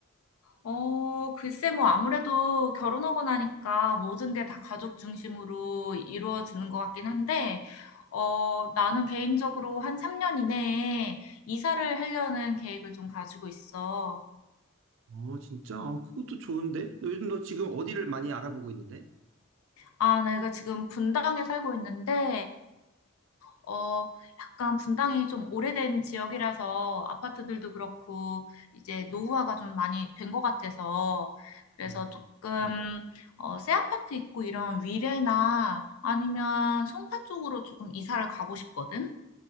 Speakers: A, on the left; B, on the right.
A: 어, 글쎄, 뭐, 아무래도 결혼하고 나니까 모든 게 다 가족 중심으로 이루어지는 것 같긴 한데, 어, 나는 개인적으로 한 3년 이내에 이사를 하려는 계획을 좀 가지고 있어.
B: 어, 진짜? 어, 그것도 좋은데? 너 요즘 너 지금 어디를 많이 알아보고 있는데?
A: 아, 내가 지금 분당에 살고 있는데, 어, 약간 분당이 좀 오래된 지역이라서 아파트들도 그렇고 이제 노후화가 좀 많이 된 것 같아서 그래서
B: 음.
A: 조금 어, 새 아파트 있고 이런 위례나 아니면 송파 쪽으로 조금 이사를 가고 싶거든.